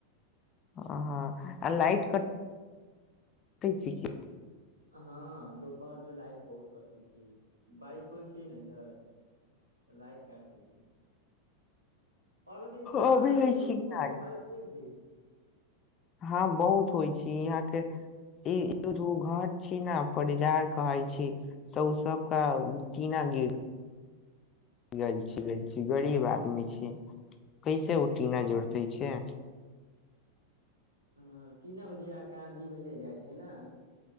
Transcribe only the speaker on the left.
ओ हाँ आ लाइट कट <unintelligible>
अभी
होइ छी
कि
ना
हँ बहुत होइ छी यहाँ के ई घर छी ने परिजार कहै छी तऽ ओ सबके टिना गिर गल छी गल छी गरीब आदमी छी कैसे उठ टीना जोड़तेै छै